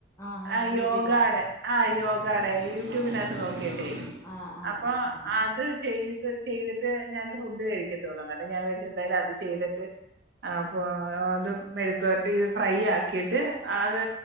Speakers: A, on the left (about 15°); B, on the right (about 70°).
A: ആഹാ
B: ആഹ്
A: വീട്ടിലാ
B: യോഗാടെ ആഹ് യോഗാടേ യൂട്യൂബിനകത്ത് നോക്കിട്ടെ
A: ആഹ് ആഹ്
B: അപ്പൊ
A: ആഹ് ആഹ്
B: അത് ചെയ്ത് ചെയ്തിട്ട് ഞാന് ഫുഡ് കഴിക്കത്തൊള്ള അന്നേരം ഞാൻ എന്തായാലും അത് ചെയ്തിട്ട് അപ്പൊ അതും മെഴുക്കുവരട്ടി ഫ്രൈ ആക്കിയിട്ട് അത്